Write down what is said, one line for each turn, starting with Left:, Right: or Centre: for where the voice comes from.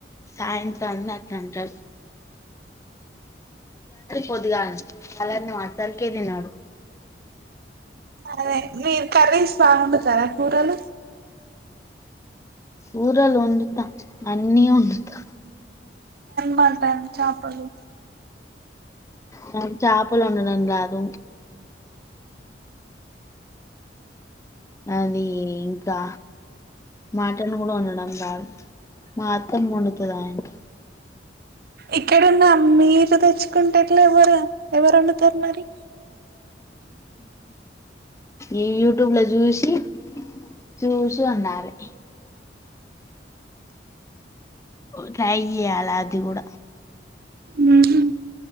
Left: సాయంత్రాన్ని అంటరు పొద్దిగాల చల్దనం అసల్కే తినడు
Right: అదే మీరు కర్రీస్ బావండుతారా కూరలు
Left: కూరలు వండుతా అన్నీ వండుతా
Right: మట్టన్ చాప్పలు
Left: నాక్ చాపలొండడం రాదు అది ఇంకా మాటన్ గూడా వండడం రాదు మా అత్తమ్మ వండుతది ఆయనక్
Right: ఇక్కడున్న మీరు తెచ్చు కుంటే ఎట్ల ఎవరు ఎవరు వండుతరు మరి
Left: ఈ యూట్యూబ్ ల చూసి చూసి వండాలి ట్రై చేయలా అది గూడ
Right: ఉహ్మ్